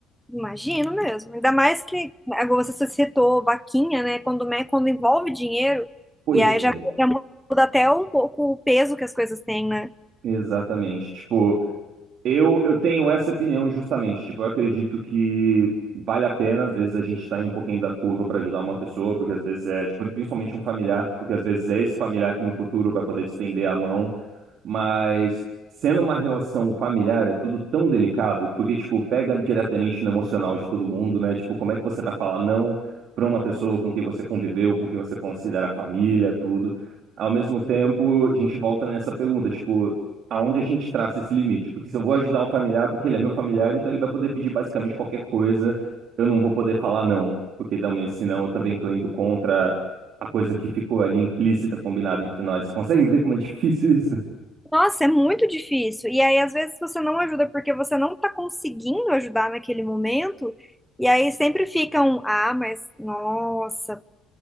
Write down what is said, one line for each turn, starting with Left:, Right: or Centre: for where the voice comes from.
Centre: Imagino mesmo. Ainda mais que agora você citou vaquinha, né? Quando, me- quando envolve dinheiro,
Right: Pois
Centre: e aí já,
Right: é,
Centre: já muda até um pouco o peso que as coisas têm, né?
Right: exatamente. Tipo, eu eu tenho essa opinião justamente. Tipo, eu acredito que vale a pena às vezes a gente sair um pouquinho da curva para ajudar uma pessoa, porque às vezes é, tipo, principalmente um familiar, porque às vezes é esse familiar que no futuro vai poder te estender a mão Mas sendo uma relação familiar, é tudo tão delicado, porque, tipo, pega diretamente no emocional de todo mundo, né? Tipo, como é que você vai falar não para uma pessoa com quem você conviveu, com quem você considera família, tudo. Ao mesmo tempo, a gente volta nessa pergunta, tipo, aonde a gente traça esse limite? Porque se eu vou ajudar o familiar, porque ele é meu familiar, então ele vai poder pedir basicamente qualquer coisa, eu não vou poder falar não, porque não, mas senão eu também estou indo contra a coisa que ficou ali implícita, combinada entre nós. Você consegue ver como é difícil isso?
Centre: Nossa, é muito difícil. E aí, às vezes, você não ajuda porque você não tá conseguindo ajudar naquele momento. E aí sempre fica um, ah, mas nossa,